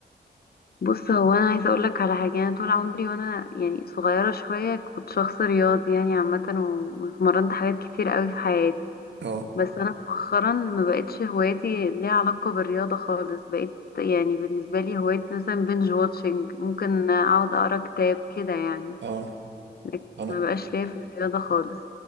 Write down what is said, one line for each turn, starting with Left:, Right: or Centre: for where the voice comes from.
Left: بص هو انا عايزة اقول لك على حاجة انا طول عمري وانا يعني صغيرة شوية كنت شخص رياضي يعني عامة و- واتمرنت حاجات كتير قوي في حياتي
Right: اه
Left: بس انا مؤخرا ما بقتش هواياتي ليها علاقة بالرياضة خالص بقيت يعني بالنسبة لي هوايتي مثلا بنج واتشنج ممكن اقعد اقرا كتاب كده يعني
Right: اه
Left: لكن
Right: انا
Left: ما بقاش ليا في الرياضة خالص